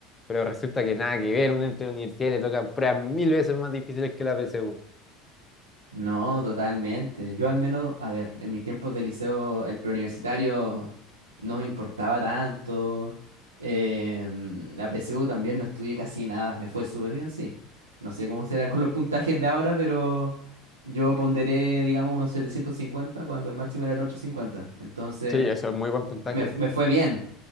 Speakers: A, on the left; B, on the right.
A: Pero resulta que nada que ver, uno entra a la universidad y le tocan pruebas mil veces más difíciles que la PSU.
B: no, totalmente. Yo al menos, a ver, en mis tiempos de liceo, el preuniversitario no me importaba tanto. em, la PSU también no estudié casi nada, me fue súper bien, sí. No sé cómo será con los puntajes de ahora, pero yo ponderé, digamos, unos 750 cuando el máximo eran 850. Entonces...
A: Sí, eso es muy buen puntaje.
B: Me, me fue bien,